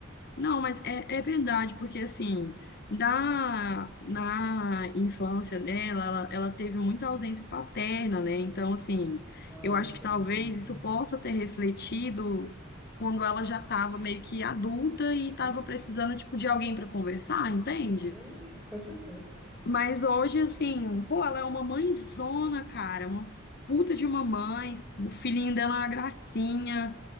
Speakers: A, on the left (about 50°); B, in the centre.
A: Não, mas é, é verdade, porque assim, da, na infância dela, ela, ela teve muita ausência paterna, né? Então, assim,
B: Ah,
A: eu acho
B: sim,
A: que talvez
B: sim, sim.
A: isso possa ter refletido quando ela já estava meio que adulta e
B: Sim,
A: estava
B: sim.
A: precisando, tipo, de alguém para conversar, entende?
B: Sim, sim, com certeza.
A: Mas hoje, assim, pô, ela é uma mãezona, cara, uma puta de uma mãe, o filhinho dela é uma gracinha.